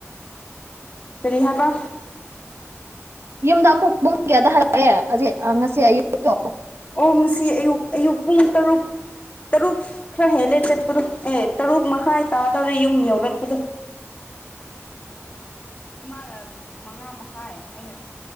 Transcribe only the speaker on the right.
ꯌꯨꯝꯗ ꯑꯃꯨꯛ ꯄꯨꯡꯒꯦꯗ ꯍꯜꯂꯛꯑꯦ ꯍꯧꯖꯤꯠ ꯉꯁꯤ ꯑꯌꯨꯛꯇꯛꯇ
ꯑ <unintelligible> <inaudible>